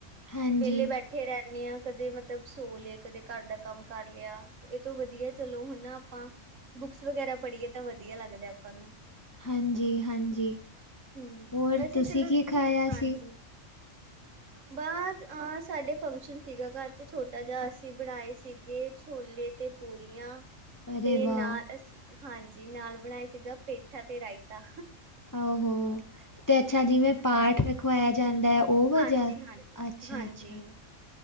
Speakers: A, on the left; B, on the right.
A: ਹਾਂਜੀ
B: ਵੇਲੇ ਬੈਠੇ ਰ ਆ ਕਦੇ ਮਤਲਬ ਸੋ ਲਏ ਕਦੇ ਘਰ ਦਾ ਕੰਮ ਕਰ ਲਿਆ ਇਹ ਤੋਂ ਵਧੀਆ ਚਲੋ ਹਨਾ ਆਪਾਂ ਬੁੱਕਸ ਵਗੈਰਾ ਪੜ੍ਹੀਏ ਤਾਂ ਵਧੀਆ ਲੱਗਦਾ ਆਪਾਂ ਨੂੰ
A: ਹਾਂਜੀ-ਹਾਂਜੀ
B: ਹੂੰ
A: ਹੋਰ
B: ਵੈਸੇ
A: ਤੁਸੀਂ
B: ਚਲੋ
A: ਕੀ ਖਾਇਆ
B: ਹਾਂਜੀ
A: ਸੀ
B: ਬਸ ਅਹ ਸਾਡੇ ਫੰਕਸ਼ਨ ਸੀਗਾ ਘਰ ਚ ਛੋਟਾ ਜਾ ਅਸੀਂ ਬਣਾਏ ਸੀਗੇ ਛੋਲੇ ਤੇ ਪੂਰੀਆਂ
A: ਅਰੇ
B: ਤੇ
A: ਵਾਹ
B: ਨਾਲ ਅਸੀਂ ਹਾਂਜੀ ਨਾਲ ਬਣਾਇਆ ਸੀਗਾ ਪੇਠਾ ਤੇ ਰਾਇਤਾ
A: ਆਹੋ ਤੇ ਅੱਛਾ ਜਿਵੇਂ ਪਾਠ ਰਖਵਾਇਆ ਜਾਂਦਾ ਹੈ, ਉਹ
B: ਹਾਂਜੀ
A: ਵਜਾ
B: ਹਾਂਜੀ
A: ਅੱਛਾ-ਅੱਛਾ
B: ਹਾਂਜੀ